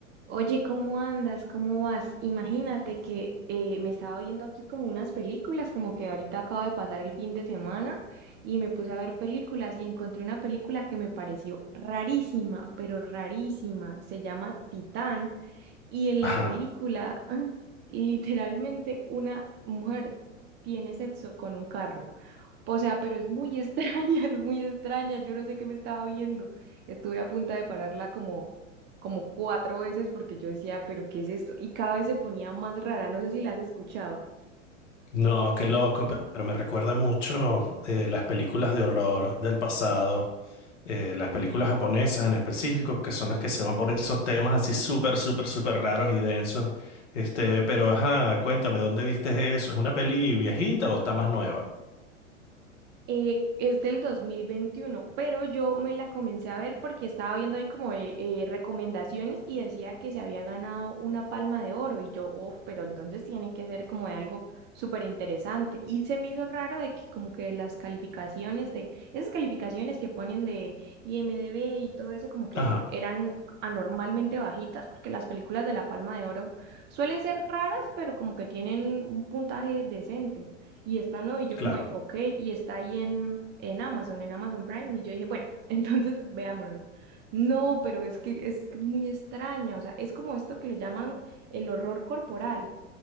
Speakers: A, on the right; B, on the left.
A: Oye, ¿cómo andas? ¿Cómo vas? Imagínate que eh, me estaba viendo aquí como unas películas, como que ahorita acaba de pasar el fin de semana y me puse a ver películas y encontré una película que me pareció rarísima, pero rarísima. Se llama Titán y en
B: Ajá.
A: la película <laughs> literalmente una mujer tiene sexo con un carro. O sea, pero es muy extraña, <laughs> es muy extraña. Yo no sé qué me estaba viendo. Estuve a punta de pararla como, como cuatro veces porque yo decía, pero ¿qué es esto? Y cada vez se ponía más rara. No sé si la has escuchado.
B: No, qué loco, pe- pero me recuerda mucho eh, las películas de horror del pasado, eh, las películas japonesas en específico, que son las que se van por esos temas así súper, súper, súper raros y densos. Este, pero ajá, cuéntame, ¿dónde viste eso? ¿Es una peli viejita o está más nueva?
A: eh, es del 2021, pero yo me la comencé a ver porque estaba viendo ahí como eh, eh, recomendaciones y decía que se había ganado una palma de oro y yo, oh, pero entonces tiene que ser como de algo súper interesante. Y se me hizo raro de que como que las calificaciones de, esas calificaciones que ponen de IMDb y todo eso como que
B: Ajá,
A: eran anormalmente bajitas porque las películas de la palma de oro suelen ser raras, pero como que tienen un puntaje decente y esta no, y yo
B: claro.
A: como de, ok, y está ahí en, en Amazon, en Amazon Prime, y yo dije, bueno, <laughs> entonces veámosla. No, pero es que es muy extraña, o sea, es como esto que le llaman el horror corporal,